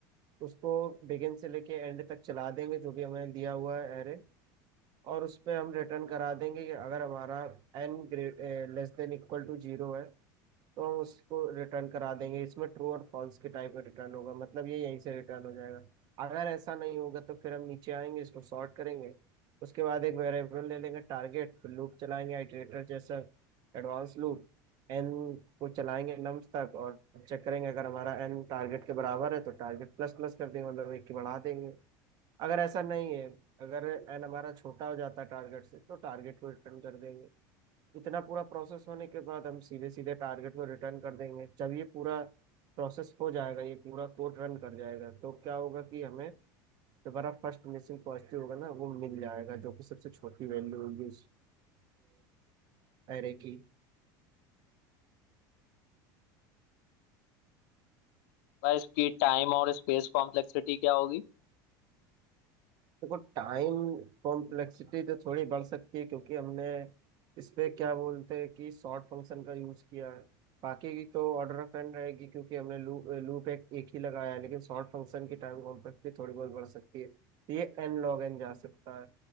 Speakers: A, on the right; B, on the left.
A: उसको बिगिन से लेके एंड तक चला देंगे जो भी हमें दिया हुआ है एरे और उस पे हम रिटर्न करा देंगे कि अगर हमारा n great less than equal to zero है तो हम उसको रिटर्न करा देंगे इसमें ट्रू और फॉल्स के टाइप में रिटर्न होगा मतलब ये यहीं से रिटर्न हो जाएगा अगर ऐसा नहीं होगा तो फिर हम नीचे आएंगे इसको सॉर्ट करेंगे उसके बाद एक वेरिएबल ले लेंगे टारगेट फिर लूप चलाएंगे आइटरेटर जैसा एडवांस लूप एन को चलाएंगे नम्स तक और चेक करेंगे अगर हमारा एन टारगेट के बराबर है तो टारगेट प्लस प्लस कर देंगे मतलब एक की बढ़ा देंगे अगर ऐसा नहीं है अगर एन हमारा छोटा हो जाता है टारगेट से तो टारगेट को रिटर्न कर देंगे इतना पूरा प्रोसेस होने के बाद हम सीधे सीधे टारगेट को रिटर्न कर देंगे जब ये पूरा प्रोसेस हो जाएगा ये पूरा कोड रन कर जाएगा तो क्या होगा कि हमें दोबारा फर्स्ट मिसिंग पॉजिटिव होगा ना वो मिल जाएगा जो कि सबसे छोटी वैल्यू होगी उस एरे की
B: भाई इसकी टाइम और स्पेस कॉम्प्लेक्सिटी क्या होगी
A: देखो टाइम कॉम्प्लेक्सिटी तो थोड़ी बढ़ सकती है क्योंकि हमने इस पे क्या बोलते हैं कि सॉर्ट फंक्शन का यूज किया है बाकी की तो ऑर्डर ऑफ एन रहेगी क्योंकि हमने लूप लूप एक, एक ही लगाया है लेकिन सॉर्ट फंक्शन की टाइम कॉम्प्लेक्सिटी थोड़ी बहुत बढ़ सकती है तो ये एन लॉग एन जा सकता है